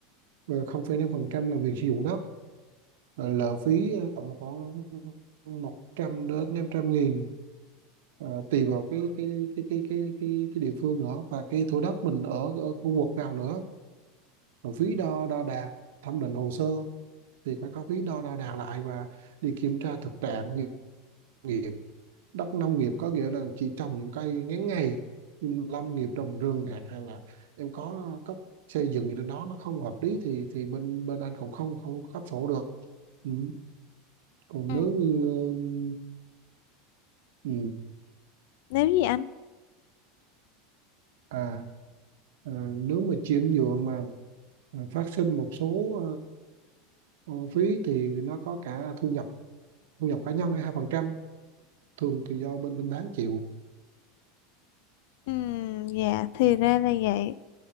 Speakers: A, on the right (about 75°); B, on the left (about 60°).
A: ờ, không phẩy năm phần trăm là việc sử dụng đất Rồi lợ phí ờ, tầm khoảng một trăm đến năm trăm nghìn Ờ, tùy vào cái cái cái cái cái cái cái địa phương nữa và cái thửa đất mình ở ở khu vực nào nữa rồi phí đo đo đạc thẩm định hồ sơ thì phải có phí đo đo đạc lại và đi kiểm tra thực trạng như nghiệp đất nông nghiệp có nghĩa là chỉ trồng những cây ngắn ngày nhưng lâm nghiệp trồng rừng hạt hay là em có cấp xây dựng gì trên đó nó không hợp lý thì thì bên bên anh cũng không không cấp sổ được ừ. còn
B: Ừ.
A: nếu như ừ,
B: Nếu gì anh?
A: à, à nếu mà chuyển nhượng mà ờ, phát sinh một số ờ, ờ, phí thì nó có cả thu nhập thu nhập cá nhân hay hai phần trăm thường thì do bên bên bán chịu
B: Ừ, dạ thì ra là vậy.